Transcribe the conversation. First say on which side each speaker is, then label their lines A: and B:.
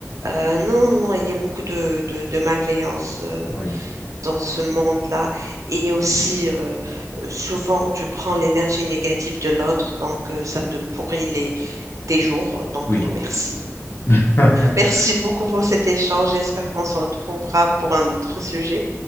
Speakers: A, on the right (about 75°); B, on the left (about 45°).
A: Euh, non, non, non, il y a beaucoup de, de, de malveillance. euh,
B: Oui,
A: dans ce monde-là. Et aussi, euh, souvent, tu prends l'énergie négative de l'autre, donc euh, ça te pourrit les, tes jours. Donc,
B: oui.
A: non, merci.
B: <laughs>
A: Merci beaucoup pour cet échange. J'espère qu'on se retrouvera pour un autre sujet.